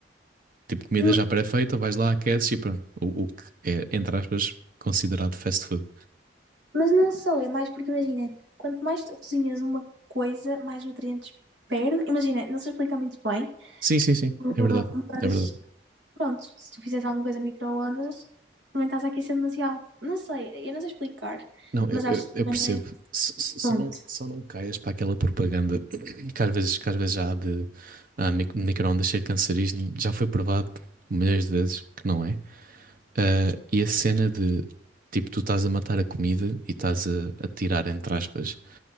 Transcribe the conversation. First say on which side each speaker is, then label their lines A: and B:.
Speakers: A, on the right; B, on the right.
A: Tipo, comida
B: N-
A: já pré-feita, vais lá, aqueces e pronto. O, o que é, entre aspas, considerado fast food.
B: Mas não só, é mais porque imagina, quanto mais tu cozinhas uma coisa, mais nutrientes perde. Imagina, não sei explicar muito bem,
A: Sim, sim, sim.
B: mas
A: É verdade. É verdade.
B: Pronto, se tu fizeres alguma coisa no micro-ondas, também estás a aquecer demasiado. Não sei, eu não sei explicar,
A: Não, eu,
B: mas
A: eu-
B: acho que
A: eu
B: também
A: percebo.
B: não é.
A: S- s- Só
B: Pronto,
A: não, só não caias para aquela propaganda <clears throat> que às vezes, que às vezes já há de ah, mi- micro-ondas ser cancerígeno. Já foi provado milhões de vezes que não é. Ah, e a cena de tipo, tu estás a matar a comida e estás a, a tirar, entre aspas,